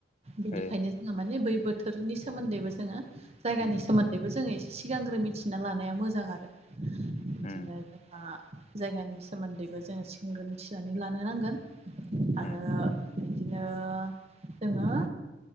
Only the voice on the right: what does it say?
बेनिखायनो
जोङो माने बै बोथोरनि सोमोन्दैबो जोङो जायगानि
सोमोन्दैबो जोङो एसे सिगांग्रो मिथिना लानाया मोजां आरो बिदिनो
आरो ओ जायगानि सोमोन्दैबो जोङो सिगग्रो मिथिनानै लानो नांगोन
आरो
बिदिनो जोङो